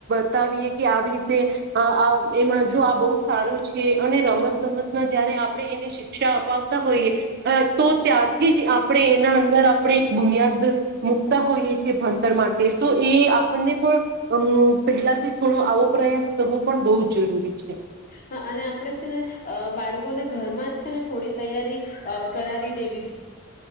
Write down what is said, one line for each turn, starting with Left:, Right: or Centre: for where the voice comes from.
Right: બતાવીએ કે આવી રી તે આ એમાં જો આ બહુ સારું છે અને રમત ગમતના જયારે આપણે એને શિક્ષા અપાવતા હોઈએ તો ત્યારથી જ આપણે એના અંદર આપણે એક બુનિયાદ મુૂકતા હોઈએ છે ભણતર માટે તો એ આપણને પણ અમ પહેલાથી થોડો આવો પ્રયાસ કરવો પણ બહુ જ જરૂરી છે
Left: હા અને આપડે છે ને અ બાળકોને ઘરમાં જ છે ને થોડી તૈયારી અ કરાવી દેવી